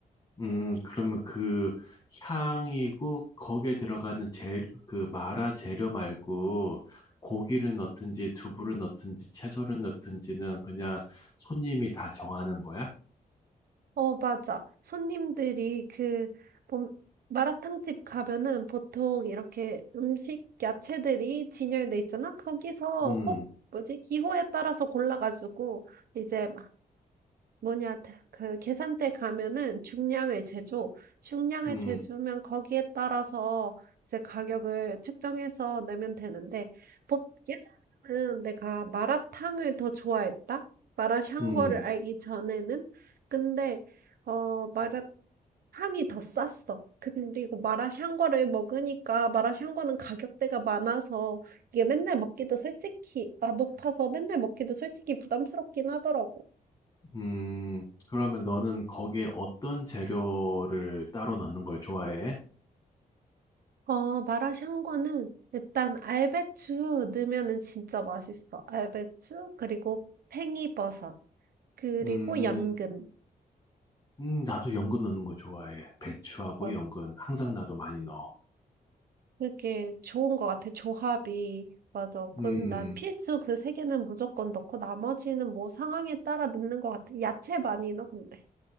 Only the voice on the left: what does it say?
음, 그러면 그 향이고 거기에 들어가는 재, 그 마라 재료 말고 고기를 넣든지 두부를 넣든지 채소를 넣든지는 그냥 손님이 다 정하는 거야?
음,
음,
음,
음. 그러면 너는 거기에 어떤 재료를 따로 넣는 걸 좋아해?
음,
음, 나도 연근 넣는 거 좋아해. 배추하고
연근. 항상 나도 많이 넣어.
음,